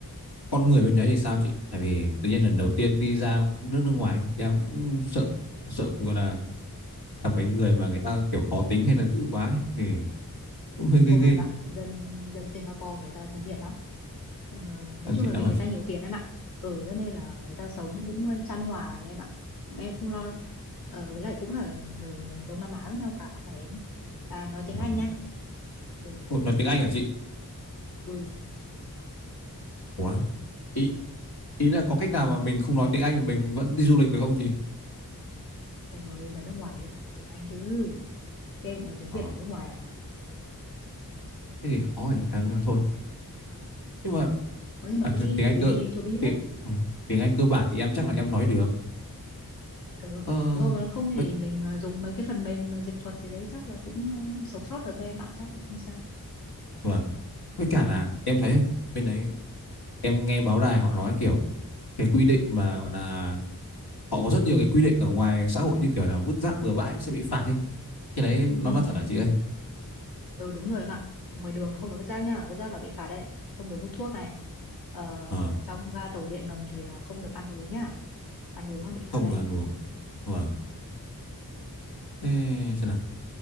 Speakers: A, on the left; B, on the left.
A: con người bên đấy thì sao chị? Tại vì tự nhiên lần đầu tiên đi ra nước nước ngoài em cũng sợ sợ gọi là gặp phải người mà người ta kiểu khó tính hay là dữ quá ấy, thì cũng hơi ghê
B: không
A: ghê.
B: đâu em ạ dân dân Singapore người ta thân thiện lắm Ờ, nói
A: Em
B: chung
A: thiện
B: là
A: lắm
B: vì
A: hả
B: người
A: chị?
B: ta nhiều tiền em ạ ở cho nên là người ta sống cũng chan hòa em ạ em không lo đâu ờ, với lại cũng là người Đông Nam Á với nhau cả mà em à, nói tiếng
A: Ừ.
B: Anh nha ừ
A: Ôi, nói tiếng Anh hả chị?
B: ừ
A: Ủa? Ý ý là có cách nào mà mình không nói tiếng Anh mà mình vẫn đi du lịch được không chị?
B: em mới ra nước ngoài em phải nói tiếng Anh chứ thế em nói tiếng Việt
A: À,
B: ở nước ngoài à
A: thế thì khó rồi. À, nhưng mà thôi. Nhưng mà
B: nói nhưng mà
A: à,
B: cứ
A: thì
B: đi
A: tiếng Anh cơ
B: đi đi cho biết
A: tiếng ừ, tiếng Anh cơ bản thì em chắc là em nói được.
B: ừ
A: Ờ
B: rồi còn không thì
A: vậy
B: mình ờ, dùng mấy cái phần mềm dịch thuật gì đấy chắc là cũng ờ, sống sót được thôi em ạ chắc cũng không sao
A: vâng. Với cả là em thấy bên đấy em nghe báo đài họ nói kiểu cái quy định mà gọi là họ có rất nhiều cái quy định ở ngoài xã hội như kiểu là vứt rác bừa bãi cũng sẽ bị phạt đi cái đấy nó
B: ừ
A: là thật
B: ừ
A: hả chị
B: ừ
A: ơi
B: ừ đúng rồi em ạ ngoài đường là không được vứt rác nha vứt rác là bị phạt đấy không được hút thuốc này ờ,
A: ờ
B: ở trong ga tàu điện ngầm thì là không được ăn uống nha ăn uống là bị
A: không
B: phạt đấy
A: được ăn uống vâng thế xem nào